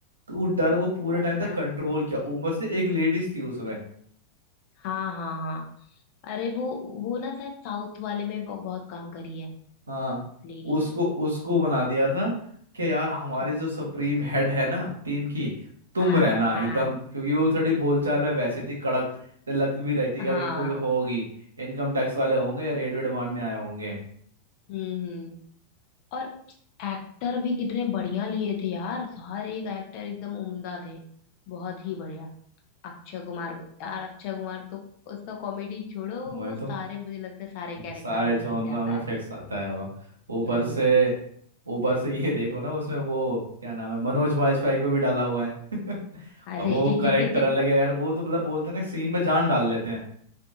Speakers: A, on the right; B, on the left.
A: तो वो डर वो पूरे
B: वही
A: टाइम तक
B: ना
A: कंट्रोल किया ऊपर से एक लेडीज थी उसमें
B: हाँ हाँ हाँ अरे वो वो ना शायद साउथ वाले में बहु- बहुत काम करी है
A: हाँ
B: लेडी
A: उसको
B: ने
A: उसको बना दिया था कि यार हमारी
B: हम्म
A: जो सुप्रीम हेड है ना टीम की तुम
B: हाँ
A: रहना
B: हाँ
A: एकदम क्योंकि वो थोड़ी बोलचाल में वैसे थी कड़क तो लग भी रही थी
B: हाँ
A: यार ये कोई होगी इनकम टैक्स वाले होंगे या रेड वेड मारने आए होंगे
B: हम्म हम्म और एक्टर भी कितने बढ़िया लिए थे यार हर एक एक्टर एकदम उम्दा थे बहुत ही बढ़िया अक्षय कुमार को यार अक्षय कुमार तो उसका कॉमेडी छोड़ो
A: वो
B: वो सारे
A: तो
B: मुझे लगता है सारे कैरेक्टर
A: सारे
B: में
A: जॉनरा
B: ढल जाता
A: में
B: है
A: फिक्स आता है वो ऊपर
B: हम्म
A: से ऊपर से ये देखो ना उसमें वो क्या नाम है मनोज वाजपेयी को भी डाला हुआ है <laughs>
B: अरे
A: और वो
B: <laughs>
A: करेक्टर अलग है यार वो तो मतलब बोलते हैं ना सीन में जान डाल लेते